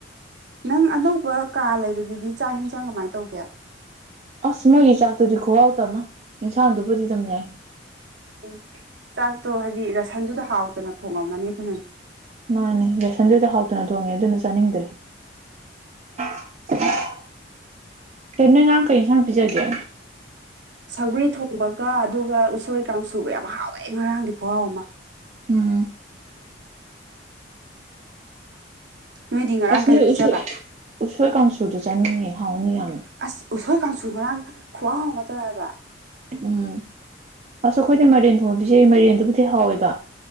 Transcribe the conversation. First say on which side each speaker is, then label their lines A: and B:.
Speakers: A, on the right (about 65°); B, on the right (about 35°).
A: ꯅꯪ ꯑꯅꯧꯕ ꯀꯥ ꯂꯩꯕꯗꯨꯗꯤ ꯆꯥꯛ ꯍꯤꯟꯖꯥꯡ ꯀꯃꯥꯏ ꯇꯧꯒꯦ
B: ꯑꯁ ꯃꯣꯏꯒꯤ ꯆꯥꯛꯇꯨꯗꯤ ꯈꯨꯍꯥꯎꯇ ꯑꯃ ꯏꯟꯁꯥꯡꯗꯨꯕꯨꯗꯤ ꯑꯗꯨꯝ ꯌꯥꯏ
A: ꯎꯝ ꯆꯥꯛꯇꯣ ꯍꯥꯏꯗꯤ ꯔꯁꯟꯗꯨꯗ ꯍꯥꯎꯇꯅ ꯊꯣꯡꯉꯝꯃꯅꯤ ꯑꯗꯨꯅꯅꯤ
B: ꯃꯥꯅꯦ ꯔꯁꯟꯗꯨꯗ ꯍꯥꯎꯇꯅ ꯊꯣꯡꯉꯦ ꯑꯗꯨꯅ ꯆꯥꯅꯤꯡꯗ꯭ꯔꯦ <unintelligible> ꯀꯩ ꯅꯣꯏ ꯉꯔꯥꯡ ꯀꯩ ꯏꯟꯁꯥꯡ ꯄꯤꯖꯒꯦ
A: ꯁꯧꯒ꯭ꯔꯤ ꯊꯣꯡꯕꯒ ꯑꯗꯨꯒ ꯎꯁꯣꯏ ꯀꯥꯡꯁꯨꯒ ꯌꯥꯝ ꯍꯥꯎꯋꯦ ꯉꯔꯥꯡꯗꯤ ꯈꯨꯍꯥꯎ ꯑꯃ
B: ꯎꯝ
A: ꯅꯣꯏꯗꯤ ꯉꯔꯥꯡ
B: ꯑꯁ ꯅꯣꯏ
A: ꯀꯩ ꯄꯤꯖꯕ
B: ꯎ ꯎꯁꯣꯏ ꯀꯥꯡꯁꯨꯗꯨ ꯆꯥꯅꯤꯡꯉꯦ ꯍꯥꯎꯅꯤ ꯌꯥꯝꯅ
A: ꯑꯁ ꯎꯁꯣꯏ ꯀꯥꯡꯁꯨ ꯉꯔꯥꯡ ꯈꯨꯍꯥꯎ ꯑꯃ ꯇꯧꯋꯦ ꯍꯥꯏꯕ
B: ꯎꯝ ꯑꯁ ꯑꯩꯈꯣꯏꯗꯤ ꯃꯥꯏꯔꯦꯟ ꯊꯣꯡꯕ ꯄꯤꯖꯩ ꯃꯥꯏꯔꯦꯟꯗꯨꯕꯨꯗꯤ ꯍꯥꯎꯋꯦꯕ